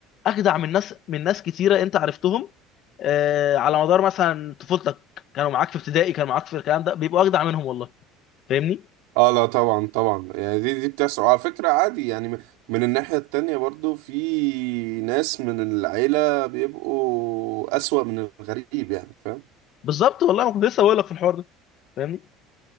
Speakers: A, on the left; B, on the right.
A: اجدع من ناس من ناس كتيرة انت عرفتهم آه على مدار مثلا طفولتك كانوا معاك في ابتدائي كانوا معاك في الكلام ده بيبقوا اجدع منهم والله فاهمني؟
B: اه لا طبعا طبعا يعني دي دي بتحصل وعلى فكره عادي يعني م- من الناحيه التانية برضو في ناس من العيله بيبقوا اسوأ من الغريب يعني فاهم
A: بالظبط والله ما كنت لسه بقول لك في الحوار ده فاهمني؟